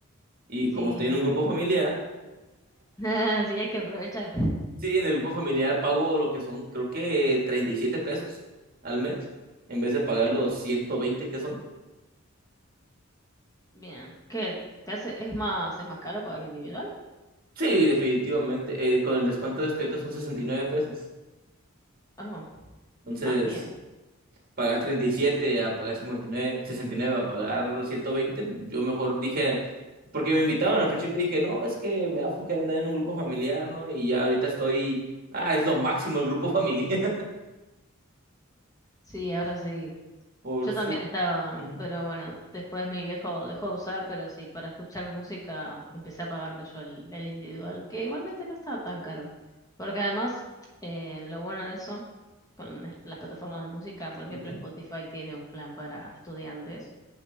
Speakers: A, on the right (about 45°); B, on the left (about 15°).
A: Y
B: Sí,
A: como estoy
B: no.
A: en un grupo familiar,
B: <laughs> Sí, hay que aprovechar.
A: Sí, en el grupo familiar pago lo que son, creo que 37 pesos al mes, en vez de pagar
B: Ah,
A: los 120 que son.
B: bien. ¿Qué te hace? ¿Es más, es más caro para el individual?
A: Sí, definitivamente. eh, con el descuento de estudiantes son 69 pesos.
B: Oh,
A: Entonces,
B: ah, bien.
A: pagar 37 a pagar cincuenta y nueve sesenta y nueve a pagar ciento veinte yo mejor dije, porque me invitaban al principio y dije, no, es que me da flojera andar en un grupo familiar, ¿no? Y ya ahorita estoy, ah, es lo máximo el grupo familiar.
B: Sí, ahora sí.
A: <laughs> Por
B: Yo también
A: su...
B: estaba,
A: Ujú,
B: pero bueno, después mi viejo dejó de usar, pero sí, para escuchar música empecé a pagarme yo el, el individual, que igualmente no estaba tan caro. Porque además, eh, lo bueno de eso, con est- las plataformas de música, por ejemplo,
A: ujú.
B: Spotify tiene un plan para estudiantes